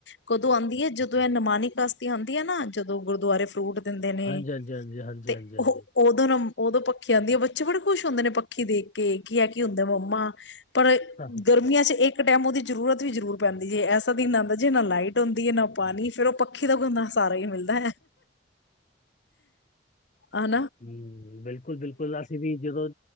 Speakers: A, on the left; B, on the left.
A: ਕਦੋਂ ਆਉਦੀ ਹੈ ਜਦੋਂ ਇਹ ਨਮਾਨੀ ਕਸਤੀ ਆਉਂਦੀ ਨਾ ਜਦੋਂ ਗੁਰਦੁਆਰੇ ਫਰੂਟ- ਦਿੰਦੇ ਨੇ
B: ਹਾਂਜੀ ਹਾਂਜੀ ਹਾਂਜੀ ਹਾਂਜੀ
A: ਤੇ
B: ਹਾਂਜੀ ਹਾਂਜੀ
A: ਉਹ ਉਦੋਂ ਨੂੰ ਉਦੋਂ ਪੱਖੀ ਆਦੀ ਹੈ ਬੱਚੇ ਬੜੇ ਖੁਸ਼ ਹੁੰਦੇ ਨੇ ਪੱਖੀ ਦੇਖ ਕੇ ਕੇ ਕੀ ਹੈ ਕਿ ਹੁੰਦੇ ਮੰਮਾ? ਪਰ
B: ਹੂੰ
A: ਗਰਮੀਆਂ ਚ ਇੱਕ ਕਿਸੇ ਟਾਈਮ ਉਹਦੀ ਜ਼ਰੂਰਤ ਵੀ ਜ਼ਰੂਰ ਪੈਂਦੀ ਜੇ ਐਸਾ ਦਿਨ ਆਦਾ ਜੇ ਨਾ ਲਾਈਟ ਹੁੰਦੀ ਹੈ ਨਾ- ਪਾਣੀ ਫਿਰ ਉਹ ਪੱਖੀ ਦਾ ਗੰਦਾ ਸਹਾਰਾ ਹੀ ਮਿਲਦਾ ।
B: ਹਮ ਬਿਲੱਕੁਲ ਬਿਲੱਕੁਲ ਅਸੀਂ ਵੀ ਜਦੋਂ।